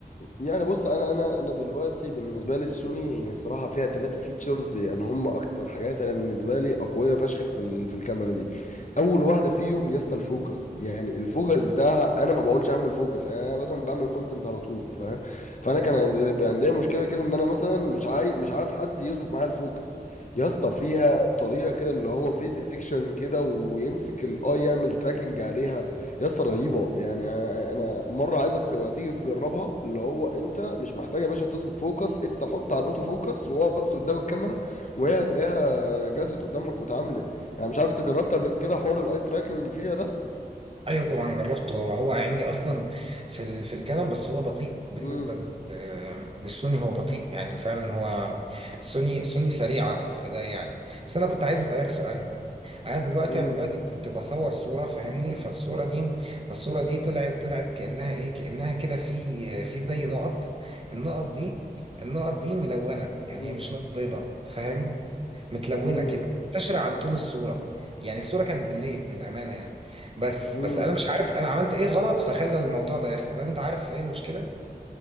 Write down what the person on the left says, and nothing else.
يعني بص انا انا انا دلوقتي بالنسبه لي السوني هي صراحه فيها ثلاثه فيتشرز يعني هم اكتر حاجات انا بالنسبه لي اقويه فشخ في ال- في الكاميرا دي اول واحده فيهم يا اسطى الفوكس يعني الفوكس بتاعها انا ما بقولش اعمل فوكس يعني انا مثلا بعمل كونتنت على طول فاهم فانا كان بيبقى عندي مشكله كده ان انا مثلا مش عاي... مش عارف حد يظبط معايا الفوكس يا اسطى فيها طريقه كده اللي هو فيس ديتكشن كده ويمسك الاي يعمل تراكنج عليها يا اسطى رهيبه يعني انا أنا مره عايزك تبقى تيجي تجربها اللي هو انت مش محتاج يا باشا تظبط فوكس انت حط على الاوتو فوكس وقف بس قدام الكاميرا وهي هتلاقيها جات قدامك واتعاملت يعني مش عارف انت جربت قبل كده حوار الاي تراكنج فيها ده
امم
امم
امم
امم
امم